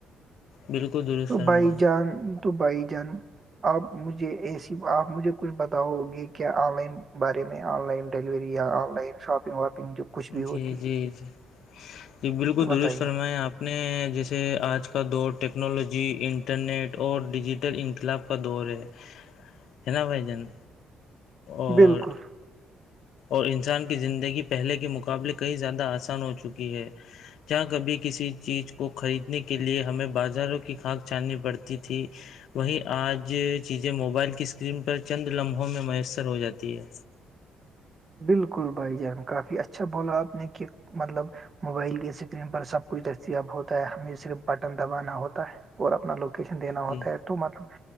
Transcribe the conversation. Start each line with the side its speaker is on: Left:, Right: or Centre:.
Left: بالکل درست
Right: تو
Left: فرمایا
Right: بھائی جان تو بھائی جان آپ مجھے اے سی آپ مجھے کچھ بتاؤ گے کیا آن لائن بارے میں آن لائن ڈیلیوری یا آن لائن شاپنگ واپنگ جو کچھ
Left: جی
Right: بھی ہوتی ہے
Left: جی جی جی بالکل
Right: تو بتائیے
Left: درست فرمائیں آپ نے جیسے آج کا دور ٹیکنالوجی انٹرنیٹ اور ڈیجیٹل انقلاب کا دور ہے ہے نا بھائی جان اور
Right: بالکل
Left: اور انسان کی زندگی پہلے کے مقابلے کہئی زیادہ آسان ہو چکی ہے جہ کبھی کسی چیز کو خریدنے کے لیے ہمیں بازاروں کی کاناک چھاننی پڑتی تھی وہی آج چیزیں موبائل کی اسکرین پر چند لمحوں میں میسر ہو جاتی ہے
Right: بالکل بھائی جان کافی اچھا بولا آپ نے کہ مطلب موبائل کے اسکرین پر سب کچھ دستیاب ہوتا ہے ہمیں صرف بٹن دبانا ہوتا ہے اور اپنا لوکیشن دینا
Left: جی
Right: ہوتا ہے تو مطلب